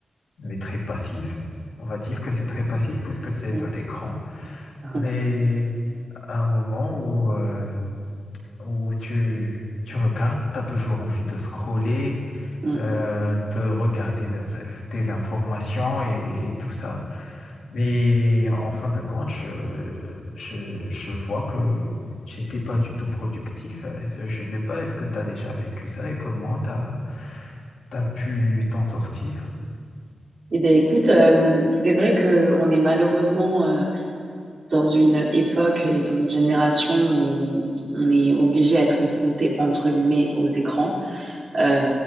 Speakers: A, on the left; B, on the right.
A: mais très passive. On va dire que c'est très passif puisque c'est
B: Ouais.
A: de l'écran,
B: <laughs>
A: mais à un moment où, euh, où tu, tu regardes, tu as toujours envie de scroller,
B: Mm.
A: euh, te regarder des, tes informations et, et tout ça. Mais en fin de compte, je, je, je vois que j'étais pas du tout productif. Est-ce- Je sais pas, est-ce que tu as déjà vécu ça et comment tu as, pu t'en sortir?
B: Eh bien, écoute, euh, c'est vrai qu'on est malheureusement euh, dans une époque et dans une génération où on est obligé à être confronté, entre guillemets, aux écrans. Euh,